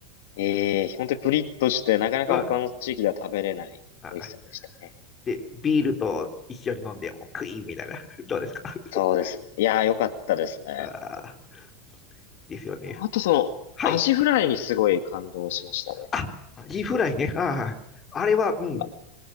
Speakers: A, on the left; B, on the left.
A: ええ、本当にプリッとして、なかなか他の地域では食べれない美味しさでしたね。
B: うん。あで、ビールと一緒に飲んでもクイーンみたいな。<laughs> どうですか <laughs>
A: そうですね。いやー、良かったですね。
B: あ
A: 本
B: ですよね。
A: 当あとその、
B: はい。
A: アジフライにすごい感動しましたね。
B: あ、アジフライね。あはい。あれは、うん、
A: まい